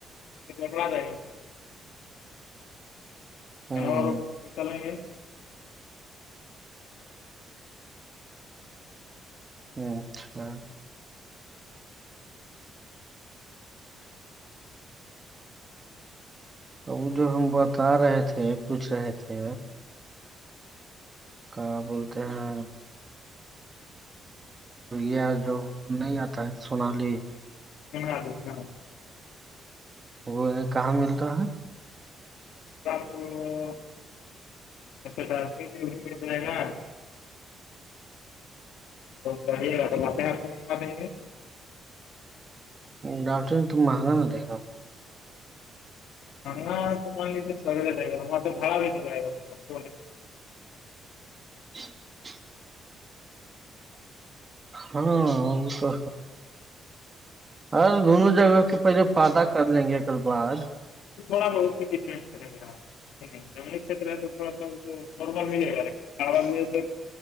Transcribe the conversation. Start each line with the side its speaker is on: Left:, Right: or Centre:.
Left: گلہ جائے گ
Right: ہوں
Left: ب چلیں گے
Right: ہوں ہاں وہ جو ہم بتا رہے تھے پوچھ رہے تھے کیا بولتے ہیں یا جو نہیں آتا ہے سونالی
Left: <unintelligible>
Right: وہ کہاں ملتا ہے
Left: <unintelligible> <unintelligible> کرے گا تو آاتپ ہیں ہپ سے منگا دیں گے
Right: ڈاٹ تو مہگا دیک گا
Left: ہاں تو م سے گا با بھی گائی پ
Right: <unintelligible> ہاں وہ تو آر دونوں جگہ کے پہلے پدہ کر لیں گے کل بعار
Left: تھوڑا بہت ڈپینڈ کرے گا گام ہے تو تھوڑا س م م جائے گا کار م دے